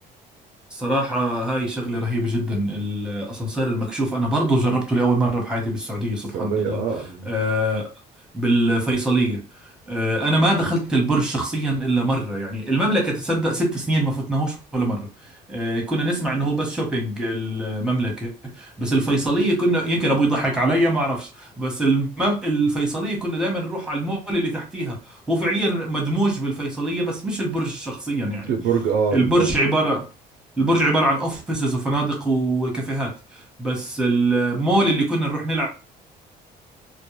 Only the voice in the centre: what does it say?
صراحة هاي شغلة رهيبة جدا الأسانسير المكشوف أنا برضو جربته لأول مرة بحياتي بالسعودية سبحان
الله
آه، بالفيصلية آه، أنا ما دخلت البرج شخصيا إلا مرة يعني المملكة تصدق ست سنين ما فتناهوش ولا مرة آه، كنا نسمع إنه هو بس شوبينج المملكة بس الفيصلية كنا يمكن أبوي يضحك علي ما أعرفش بس المم... الفيصلية كنا دائما نروح على المول اللي تحتيها هو فعليا مدموج بالفيصلية بس مش البرج شخصيا يعني
البرج
عبارة البرج عبارة عن اوفيسز وفنادق وكافيهات بس المول اللي كنا نروح نلعب